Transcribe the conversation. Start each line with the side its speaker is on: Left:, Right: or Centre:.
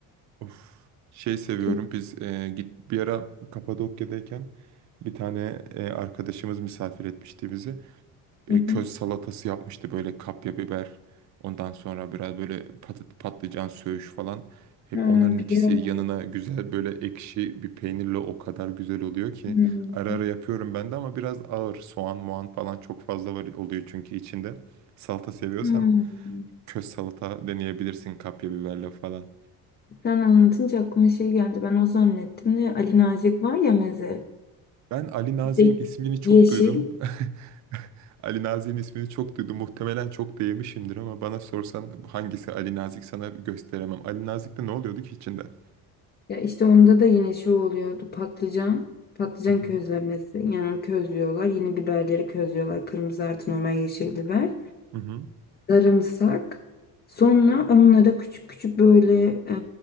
Right: of şey seviyorum.
Left: Çok.
Right: Biz e, git bir ara Kapadokya'dayken bir tane e, arkadaşımız misafir etmişti bizi. e,
Left: <laughs>
Right: köz salatası yapmıştı böyle kapya biber. Ondan sonra biraz böyle patat, patlıcan söğüş falan. Hep
Left: Ha,
Right: onların
Left: biliyorum
Right: ikisi yanına
Left: onu.
Right: güzel böyle ekşi bir peynirle o kadar güzel oluyor ki.
Left: Hmm.
Right: Ara ara yapıyorum ben de ama biraz ağır. Soğan, muan falan çok fazla var oluyor çünkü içinde. Salata seviyorsan
Left: Hmm.
Right: köz salata deneyebilirsin kapya biberle falan.
Left: Sen anlatınca aklıma şey geldi. Ben o zannettim de Ali Nazik var ya meze.
Right: Ben Ali Nazik'in
Left: İşte
Right: ismini çok
Left: yeşil.
Right: duydum. <laughs> Ali Nazik'in ismini çok duydum. Muhtemelen çok da yemişimdir ama bana sorsan hangisi Ali Nazik sana gösteremem. Ali Nazik'te ne oluyordu ki içinde?
Left: Ya işte onda da yine şu oluyordu. Patlıcan. Patlıcan
Right: Hı hı.
Left: közlemesi. Yani onu közlüyorlar. Yine biberleri közlüyorlar. Kırmızı artı normal yeşil biber.
Right: Hı hı.
Left: Sarımsak. Sonra onlara küçük küçük böyle e,